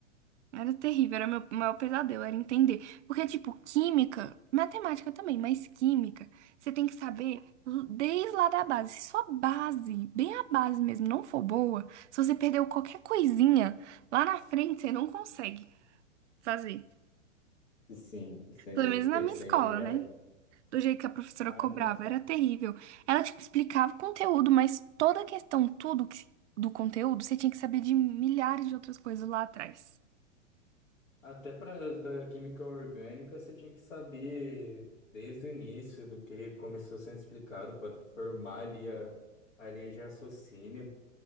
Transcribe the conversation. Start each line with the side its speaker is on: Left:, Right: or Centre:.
Right: Era terrível, era meu maior pesadelo, era entender. Porque, tipo, química, matemática também, mas química, você tem que saber l- desde lá da base. Se sua base, bem a base mesmo, não for boa, se você perdeu qualquer coisinha, lá na frente você não consegue fazer.
Left: Sim, isso aí
Right: Pelo menos na
Left: é,
Right: minha
Left: isso
Right: escola,
Left: aí é verdade.
Right: né? Do jeito que a professora
Left: Ah,
Right: cobrava,
Left: não.
Right: era terrível. Ela, tipo, explicava o conteúdo, mas toda a questão, tudo que- do conteúdo, você tinha que saber de milhares de outras coisas lá atrás.
Left: Até para da química orgânica, você tinha que saber desde o início do que começou sendo explicado para formar ali a, a linha de raciocínio.